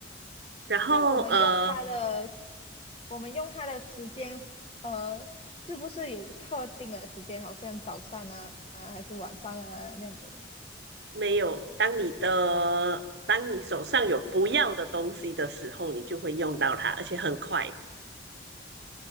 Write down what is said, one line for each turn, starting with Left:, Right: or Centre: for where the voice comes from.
Right: 然后呃，
Left: 这样我们用它的，我们用它的时间，呃，是不是有特定的时间？好像早上啊，啊还是晚上啊那样子。
Right: 没有，当你的当你手上有不要的东西的时候，你就会用到它，而且很快。